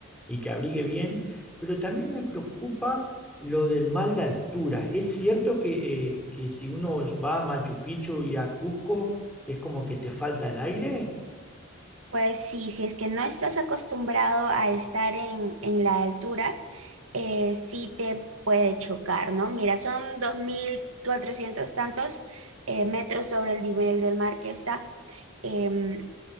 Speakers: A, in the centre; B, on the right.
A: y que abrigue bien, pero también me preocupa lo del mal de altura. Es cierto que, eh, que si uno va a Machu Picchu y a Cusco, es como que te falta el aire.
B: Pues sí, si es que no estás acostumbrado a estar en, en la altura, eh, sí te puede chocar, ¿no? Mira, son 2.400 tantos eh, metros sobre el nivel del mar que está. Em,